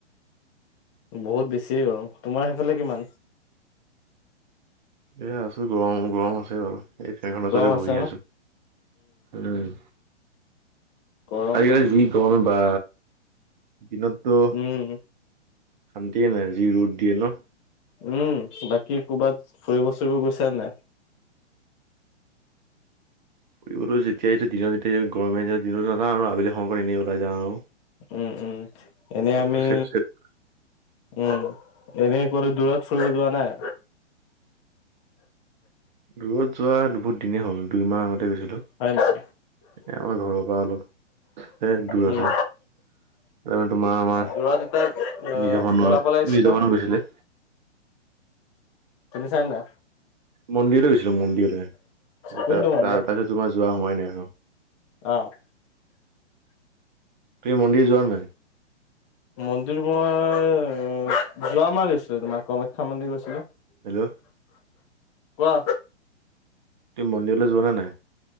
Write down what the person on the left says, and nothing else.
বহুত বেছিয়ে গৰম। তোমাৰ সেইফালে কিমান?
গৰম আছে
ন
গৰমটো
উম
উম, বাকী ক'বাত ফুৰিব ফুৰিব গৈছ নে নাই?
উম, উম এনে আমি,
উম এনে দূৰত ফুৰিব যোৱা নাই
হয় নাই?
উম,
দূৰত এটা অ',
ওলাব
লাগিছিল
নহয়
তুমি চা না
কোনটো
মন্দিৰ?
অ।
মন্দিৰ মই উম যোৱা মাহ গৈছিলো। তোমাৰ কামাখ্যা মন্দিৰ গৈছিলো।
কোৱা?